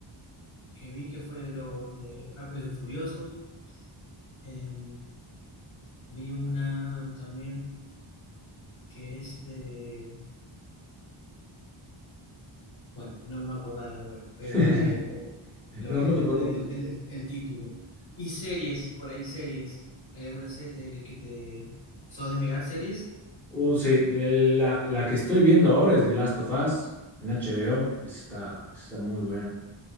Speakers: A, on the left; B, in the centre.
A: que vi que fue de los de Rápidos y Furiosos. Em, vi una también que es de, bueno, no me voy a acordar ahora, pero
B: <laughs>
A: lo
B: No,
A: que
B: no
A: era
B: te preocupes.
A: el, el- el- el título. Y series, por ahí series. ¿Hay alguna serie que te... ¿Sos de mirar series?
B: Uh, sí, le- la, la que estoy viendo ahora es The Last of Us en HBO. Esa Está, esa está muy buena.